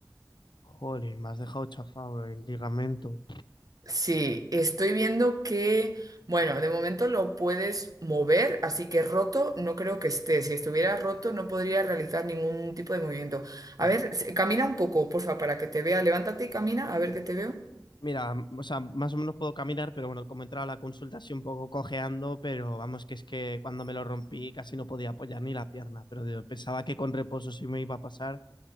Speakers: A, on the left; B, on the right.
A: jolín, me has dejado chafado el ligamento.
B: Sí, estoy viendo que, bueno, de momento lo puedes mover, así que roto no creo que esté. Si estuviera roto no podría realizar ningún tipo de movimiento. A
A: Mm.
B: ver, se- camina un poco, porfa, para que te vea. Levántate y camina, a ver que te veo.
A: Mira, m- o sea, más o menos puedo caminar, pero bueno, como he entrado a la consulta así un poco cojeando, pero vamos, que es que cuando me lo rompí casi no podía apoyar ni la pierna, pero digo, pensaba que con reposo sí me iba a pasar,